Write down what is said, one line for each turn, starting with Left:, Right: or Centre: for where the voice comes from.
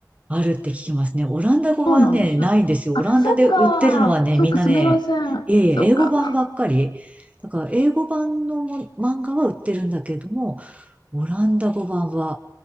Right: あるって聞きますね。オランダ語はね、
Left: そうなんです。
Right: ないんですよ。
Left: あ、
Right: オランダで売ってるのはね、
Left: そっか、そっか、
Right: みんなね、
Left: すみません。
Right: いえいえ、
Left: そっか。
Right: 英語版ばっかり。だから、英語版のも漫画は売ってるんだけれども、オランダ語版は